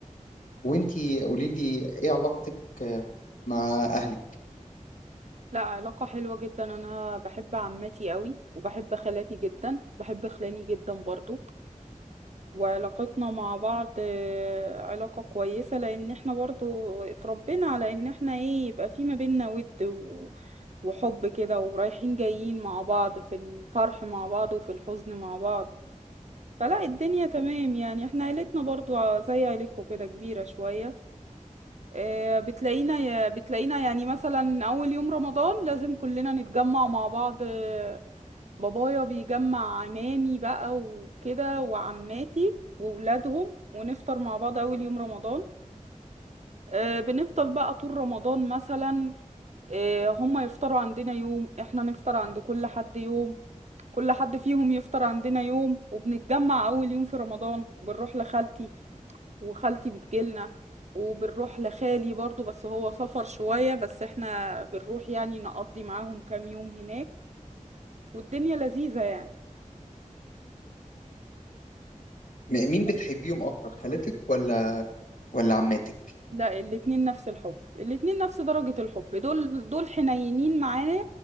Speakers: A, on the left; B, on the right.
A: وانت قولي لي ايه علاقتك آه، مع اهلك
B: لا علاقة حلوة جدا انا بحب عمتي قوي وبحب خالاتي جدا بحب خلاني جدا برضو وعلاقتنا مع بعض آه، علاقة كويسة لان احنا برضو اتربينا على ان احنا ايه يبقى في ما بينا ود و... وحب كده ورايحين جايين مع بعض في الفرح مع بعض وفي الحزن مع بعض فلا الدنيا تمام يعني احنا عيلتنا برضو ع- زي عيلتكم كده كبيرة شوية آه، بتلاقينا يا- بتلاقينا يعني مثلا أول يوم رمضان لازم كلنا نتجمع مع بعض آه، بابايا بيجمع عمامي بقى وكده وعماتي وولادهم ونفطر مع بعض أول يوم رمضان آه، بنفضل بقى طول رمضان مثلا آه، هما يفطروا عندنا يوم احنا نفطر عند كل حد يوم كل حد فيهم يفطر عندنا يوم وبنتجمع أول يوم في رمضان بنروح لخالتي وخالتي بتجيلنا وبنروح لخالي برضو بس هو سفر شوية بس احنا بنروح يعني نقضي معاهم كام يوم هناك والدنيا لذيذة يعني
A: م- مين بتحبيهم اكتر خالاتك ولا ولا عماتك
B: لا الاتنين نفس الحب الاتنين نفس درجة الحب دول دول حنينين معايا